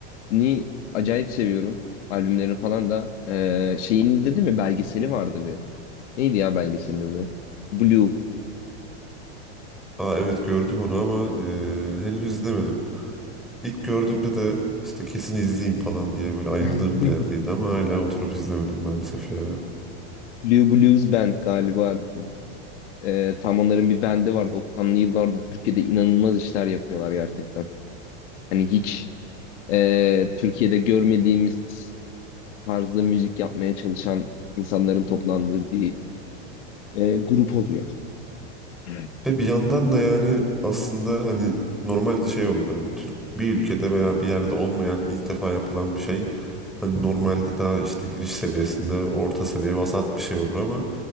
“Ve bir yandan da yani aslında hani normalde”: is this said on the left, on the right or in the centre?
Centre